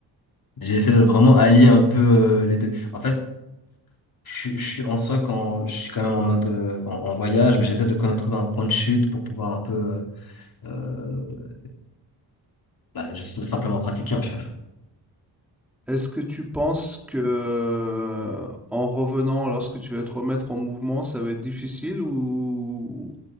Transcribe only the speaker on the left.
J'essaie de vraiment allier un peu euh, les deux. En fait, je, suis je suis en soi quand je suis quand même en mode euh, en, en voyage, mais j'essaie de quand même trouver un point de chute pour pouvoir un peu euh, euh, bah, juste simplement pratiquer en fait.